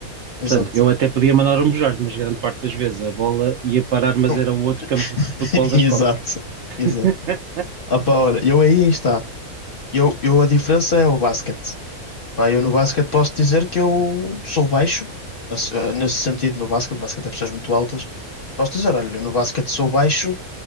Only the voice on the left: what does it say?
Exato.
<laughs>
Exato.
Exato. Ah pá, olha, eu aí aí está. Eu, eu a diferença é o basquete. Pá, eu no basquete posso dizer que eu sou baixo, assim, eh, nesse sentido, no basquete, basquete é pessoas muito altas. Posso dizer, olha, eu no basquete sou baixo,